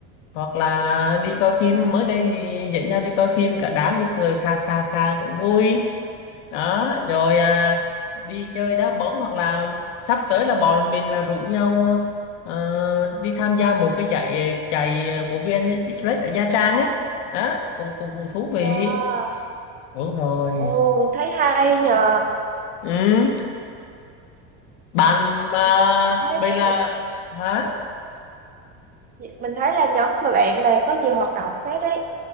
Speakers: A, on the left (about 80°); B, on the right (about 25°).
A: hoặc là
B: ừ.
A: đi coi phim mới đây thì dẫn nhau đi coi phim cả đám đi cười kha kha kha cũng vui đó rồi à, đi chơi đá bóng hoặc là sắp tới là bọn mình là rủ nhau ờ, đi tham gia một cái giải ờ, chạy của VN Express ở Nha Trang á đó cũng cũng cũng thú vị
B: Wow.
A: đúng rồi
B: ồ thấy hay nhờ
A: ừ. bạn
B: Học
A: mà
B: nhiều hoạt động phết
A: vậy
B: đi
A: là hả
B: mình thấy là nhóm mà bạn này có nhiều hoạt động phết đấy